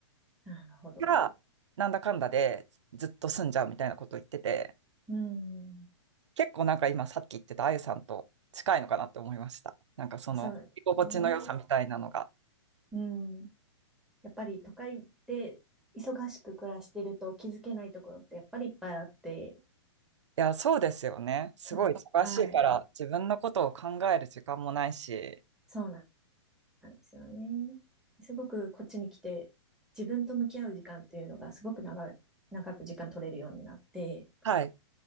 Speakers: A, in the centre; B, on the right (about 70°).
A: なるほど。
B: から、なんだかんだでずっと住んじゃうみたいなことを言ってて、
A: うん。
B: 結構なんか今さっき言ってたあゆさんと近いのかなって思いました。なんかその、
A: そうですね。
B: 居心地の良さみたいなのが。
A: うん。やっぱり都会で忙しく暮らしてると気づけないところってやっぱりいっぱいあって、
B: いや、そうですよね。すごい忙しいから、
A: その、はい。
B: 自分のことを考える時間もないし、
A: そうなんですよね。すごくこっちに来て自分と向き合う時間っていうのがすごく長い、長く時間取れるようになって、
B: はい。